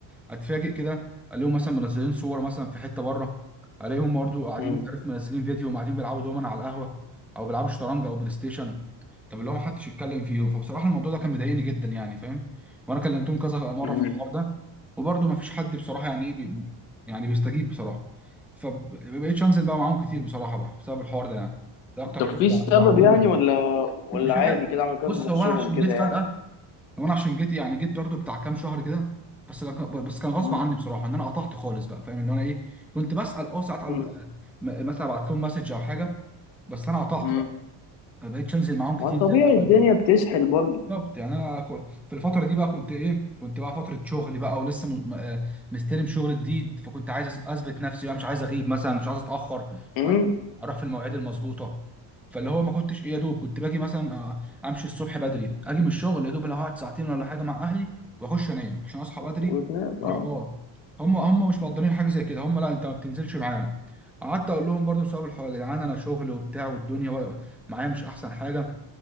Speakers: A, in the centre; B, on the left.
A: اتفاجئ كده الاقيهم مثلا منزلين صور مثلا في حته بره الاقيهم برضه قاعدين
B: مم.
A: مش عارف منزلين فيديو وقاعدين بيلعبوا دومنا على القهوه او بيلعبوا شطرنج او بلاي ستيشن طب اللي هو محدش يتكلم فيهم فبصراحه الموضوع ده كان مضايقني جدا يعني فاهم وانا كلمتهم كذا مره
B: مم.
A: في الحوار ده وبرضه مفيش حد بصراحه يعني ايه بي... يعني بيستجيب بصراحه فبقيتش انزل بقى معاهم كتير بصراحه بقى بسبب الحوار ده يعني ده اكتر
B: طب
A: حاجه
B: في سبب
A: مزعلاني
B: يعني ولا ولا
A: مش
B: عادي
A: عارف
B: كده عملوا كده
A: بص
B: من نفسهم
A: هو انا عشان
B: كده
A: جيت
B: يعني
A: فجاه وانا عشان جيت يعني جيت برضو بتاع كام شهر كده بس كان بس كان غصب
B: مم.
A: عني بصراحه ان انا قطعت خالص بقى فاهم ان انا ايه كنت بسال اه ساعات على
B: مم.
A: م- مثلا ابعت لهم مسج او حاجه بس انا قطعت
B: مم.
A: بقى ما بقتش انزل معاهم
B: ما
A: كتير
B: طبيعي
A: زي الاول
B: الدنيا بتسحل برضو
A: بالظبط يعني انا كو- في الفتره دي بقى كنت ايه كنت بقى فتره شغل بقى ولسه م- م- آه مستلم شغل جديد فكنت عايز أثب- اثبت نفسي بقى مش عايز اغيب مثلا مش عايز اتاخر
B: مم.
A: أ- اروح في المواعيد المظبوطه فاللي هو ما كنتش ايه يا دوب كنت باجي مثلا آه، امشي الصبح بدري اجي من الشغل يا دوب اللي هقعد ساعتين ولا حاجه مع اهلي واخش انام عشان اصحى بدري
B: وتنام اه
A: اروح اه هم هم مش مقدرين حاجه زي كده هم لا انت ما بتنزلش معانا قعدت اقول لهم برضو بسبب الحوار يا جدعان انا شغل وبتاع والدنيا بقى معايا مش احسن حاجه